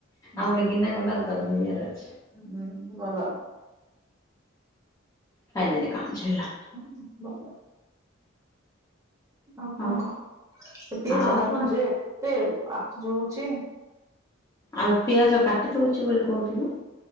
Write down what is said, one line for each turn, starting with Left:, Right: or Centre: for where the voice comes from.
Right: ହୁଁ
Left: ଆଉ ଗୋଟେ ଗିନା କଲା ତାକୁ <unintelligible>
Right: ହୁଁ ଭଲ।
Left: ଖାଇଦଲେ କାମ ଛିଡିଲା।
Right: ହୁଁ ଭଲ। ଆଉ କଣ
Left: ହଉ
Right: କହ ସେ ପିଆଜା
Left: ଆଉ
Right: କାଟୁଜେ
Left: କଣ
Right: ଏତେ ଆଖି ଜଳୁଛି।
Left: ଆଉ ପିଆଜ କାଟି ଦଉଛି ବୋଲି କହୁଥିଲୁ।